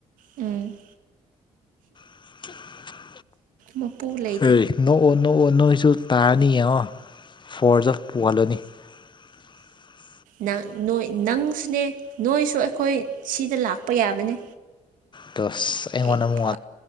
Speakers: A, on the right; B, on the left.
A: ꯎꯝ
B: <unintelligible>
A: ꯃꯄꯨ ꯂꯩ
B: ꯑꯦ ꯅꯣꯛꯑꯣ ꯅꯣꯛꯑꯣ ꯅꯣꯏꯁꯨ ꯇꯥꯔꯅꯤ ꯌꯦꯡꯉꯣ ꯐꯣꯔꯖ ꯑꯣꯐ ꯄꯨꯍꯜꯂꯅꯤ <unintelligible>
A: ꯅ ꯅꯣꯏ ꯅꯪꯁꯨꯅꯦ ꯅꯣꯏꯁꯨ ꯑꯩꯈꯣꯏ ꯁꯤꯗ ꯂꯥꯛꯄ ꯌꯥꯕꯅꯦ
B: ꯇꯁ ꯑꯩꯉꯣꯟꯗ
A: ꯑꯦ
B: ꯑꯃꯨꯛ
A: ꯄ